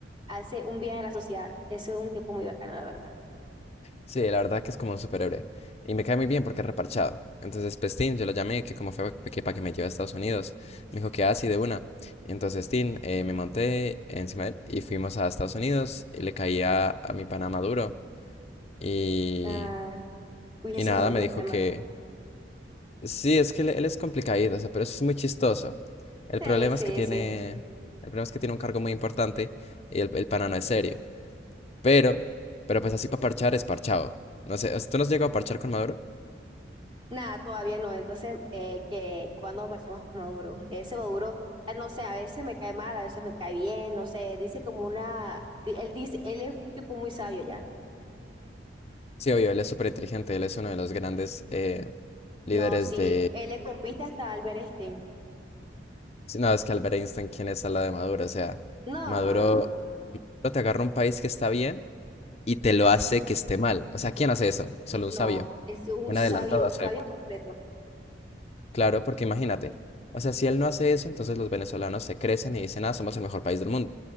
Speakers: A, on the right (about 30°); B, on the left (about 35°).
A: hace un bien a la sociedad. Eso es un tipo muy bacano, la verdad.
B: Sí, la verdad que es como un superhéroe. Y me cae muy bien porque es reparchado. Entonces, pestín, yo lo llamé, que como fue que para que me lleve a Estados Unidos. Me dijo que así de una. Y entonces, Tin, eh, me monté encima de él y fuimos a Estados Unidos. Y le caía a a mi pana Maduro. Y
A: Ah, uy,
B: Y
A: ese
B: nada,
A: Maduro
B: me
A: me
B: dijo
A: cae mal.
B: que sí, es que él, él es complicadito, o sea, pero eso es muy chistoso. El
A: Sí,
B: problema
A: sí,
B: es que tiene,
A: sí.
B: el problema es que tiene un cargo muy importante y el, el pana no es serio. Pero, pero pues así para parchar es parchado. No sé, ¿tú no has llegado a parchar con Maduro?
A: Nada, todavía no. Entonces, eh, que cuando aparecemos con Maduro, ese Maduro, eh, no sé, a veces me cae mal, a veces me cae bien, no sé, dice como una, di- él dice, él es un tipo muy sabio ya.
B: Sí, obvio, él es súper inteligente, él es uno de los grandes eh, líderes
A: No, sí,
B: de...
A: él le compite hasta Albert Einstein.
B: sí, No, es que Albert Einstein, ¿quién es al lado de Maduro? O sea,
A: No,
B: Maduro
A: no, no,
B: Maduro te agarra un país que está bien y te lo hace que esté mal. O sea, ¿quién hace eso? Solo
A: no,
B: un sabio,
A: es un
B: un
A: sabio,
B: adelantado
A: un
B: a su
A: sabio
B: época.
A: completo.
B: Claro, porque imagínate, o sea, si él no hace eso, entonces los venezolanos se crecen y dicen, ah, somos el mejor país del mundo.